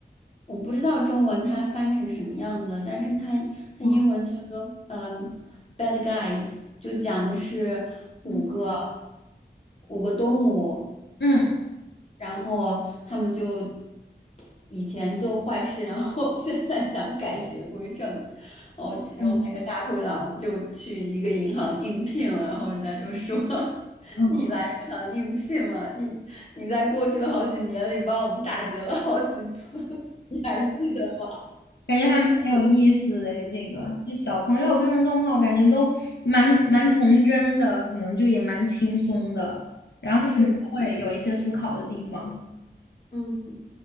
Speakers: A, on the left (about 40°); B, on the left (about 75°).
A: 我不知道中文它翻成什么样子了，但是它它英文叫做嗯
B: 哦
A: ，Bad Guys，就讲的是五个
B: 嗯
A: 五个动物，
B: 嗯，
A: 然后他们就以前做坏事，然后 <laughs> 现在想改邪归正。哦，其中那个大灰狼就去一个银行应聘了，
B: 嗯
A: 然后人家就说：<laughs>
B: 嗯。
A: 你来银行应聘了，你你在过去的好几年里帮我们打劫了好几次，<laughs> 你还记得吗？
B: 感觉还蛮有意思的诶，这个就小朋友看的动画，我感觉都蛮蛮童真的，可能就也蛮轻松的，然后他可能会有一些思考的地方。
A: 是的，嗯。